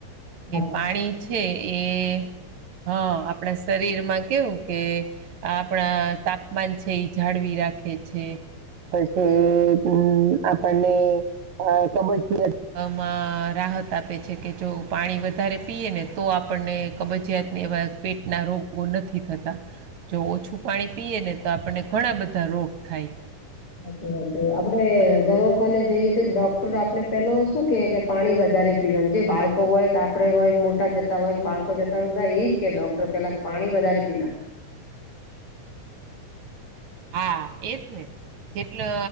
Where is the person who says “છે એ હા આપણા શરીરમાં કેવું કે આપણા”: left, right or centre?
Right